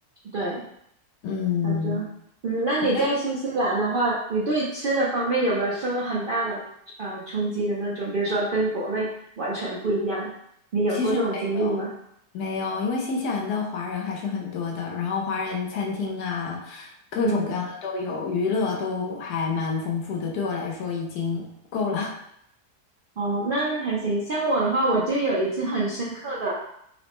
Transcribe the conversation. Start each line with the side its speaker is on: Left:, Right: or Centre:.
Right: 对，
Left: 嗯，
Right: 他们觉，嗯，那你在新西兰的话，
Left: 我觉得
Right: 你对吃的方面有没有受到很大的呃冲击的那种？比如说跟国内完全不一样，你有过这种经历吗？
Left: 其实没有没有，因为新西兰的华人还是很多的，然后华人餐厅啊，各种各样的都有，
Right: 嗯，
Left: 娱乐都还蛮丰富的，对我来说已经够了。
Right: 哦，那还行。像我的话，我就有一次很深刻的。